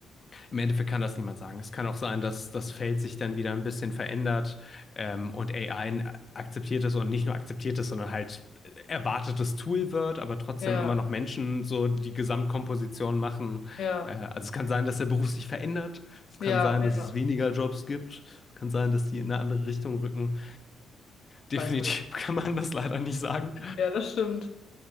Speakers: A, on the left (about 35°); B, on the left (about 65°).
A: Im Endeffekt kann das niemand sagen. Es kann auch sein, dass das Feld sich dann wieder ein bisschen verändert ähm, und AI akzeptiert es und nicht nur akzeptiert es, sondern halt erwartetes Tool wird, aber trotzdem
B: Ja,
A: immer noch Menschen so die Gesamtkomposition machen.
B: ja,
A: Äh, also es kann sein, dass der Beruf sich verändert. Es
B: ja,
A: kann sein,
B: ja,
A: dass es weniger Jobs gibt. Es kann sein, dass die in eine andere Richtung rücken.
B: weiß
A: Definitiv
B: man jetzt.
A: <laughs> kann man das leider nicht sagen.
B: Ja, das stimmt.